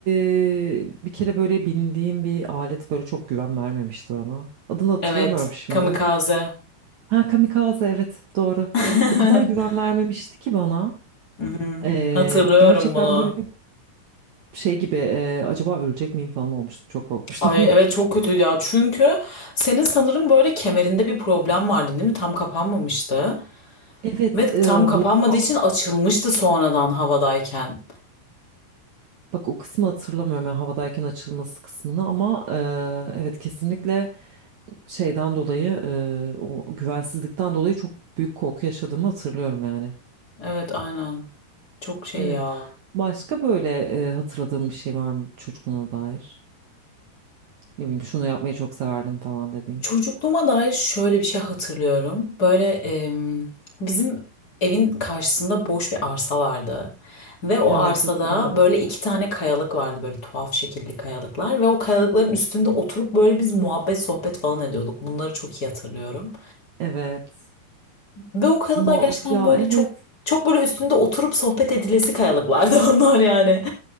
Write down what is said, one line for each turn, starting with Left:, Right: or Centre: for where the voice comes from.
Right: e, bir kere böyle bindiğim bir alet böyle çok güven vermemişti bana adını hatırlamıyorum
Left: evet.
Right: şimdi
Left: Kamikaze.
Right: ha kamikaze evet doğru
Left: <laughs>
Right: o kadar güven vermemişti ki bana
Left: Evet. Hı hı.
Right: E,
Left: Hatırlıyorum
Right: gerçekten
Left: bunu.
Right: böyle şey gibi e, acaba ölecek miyim falan olmuştum çok korkmuştum.
Left: Ay evet çok kötüydü ya. Çünkü senin sanırım böyle kemerinde bir problem vardı değil mi? Tam kapanmamıştı.
Right: Evet,
Left: Ve tam
Right: e,
Left: kapanmadığı
Right: bu <laughs> almıştı.
Left: için açılmıştı sonradan havadayken.
Right: Bak o kısmı hatırlamıyorum yani havadayken açılması kısmını ama e, evet kesinlikle şeyden dolayı e, o güvensizlikten dolayı çok büyük korku yaşadığımı hatırlıyorum yani.
Left: Evet aynen. Çok şey
Right: Evet.
Left: ya.
Right: Başka böyle e, hatırladığım bir şey var mı çocukluğuna dair? Ne bileyim şunu yapmayı çok severdim falan dediğin.
Left: Çocukluğuma dair şöyle bir şey hatırlıyorum. Böyle em, bizim evin karşısında boş bir arsa vardı. Ve o
Right: Evet
Left: arsada
Right: hatırlıyorum.
Left: böyle iki tane kayalık vardı. Böyle tuhaf şekilli kayalıklar. Ve o kayalıkların üstünde oturup böyle biz muhabbet sohbet falan ediyorduk. Bunları çok iyi hatırlıyorum.
Right: Evet.
Left: Ve o kayalıklar
Right: Mu-
Left: gerçekten
Right: ya
Left: böyle
Right: evet.
Left: çok çok böyle üstünde oturup sohbet edilesi kayalıklardı <laughs> onlar yani.